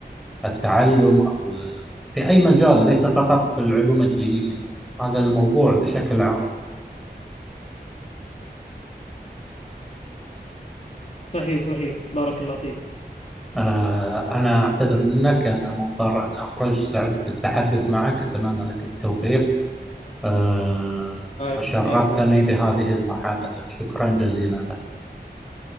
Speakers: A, in the centre; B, on the left.
A: والتعلم أو في أي مجال ليس فقط في العلوم الدينية هذا الموضوع بشكل عام
B: صحيح صحيح بارك الله فيك
A: آه، أنا أعتذر منك أنا مضطر أن أخرج سعدت بالتحدث معك أتمنى لك التوفيق آه،
B: بارك
A: وشرفتني
B: بارك الله فيك
A: بهذه
B: يا شيخ
A: المحادثة شكرا جزيلا لك